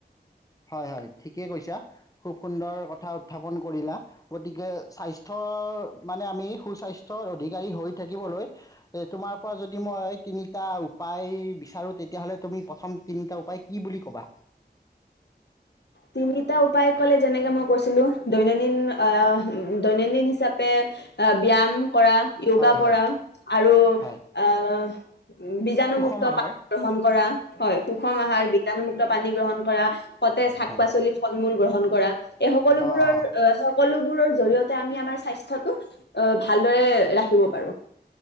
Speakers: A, on the left (about 20°); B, on the left (about 85°).
A: হয় হয় ঠিকে কৈছা খুব সুন্দৰ কথা উত্থাপন কৰিলা গতিকে স্বাস্থ্যৰ মানে আমি সুস্বাস্থ্যৰ অধিকাৰী হৈ থাকিবলৈ তোমাৰ পৰা যদি মই তিনিটা উপায় বিচাৰো তেতিয়া হলে তুমি প্ৰথম তিনি উপায় কি বুলি ক'বা।
B: তিনিটা উপায় কলে যেনেকে মই কৈছিলো দৈনন্দিন আহ দৈনন্দিন হিচাপে আহ ব্যায়াম। কৰা য়োগা
A: হয় হয়
B: কৰা আৰু
A: হয়
B: আহ বীজাণুমুক্ত
A: সুষম আহাৰ
B: পা গ্ৰহণ কৰা হয় সুষম আহাৰ বীজাণুমুক্ত। পানী গ্ৰহণ কৰা সতেজ শাক
A: হয়
B: পাচলি ফল মূল গ্ৰহণ কৰা এই সকলোবোৰৰ
A: অঁ অঁ
B: সকলো। জৰিয়তে আমি আমাৰ স্বাস্থ্যটো ভাল দৰে ৰাখিব পাৰো।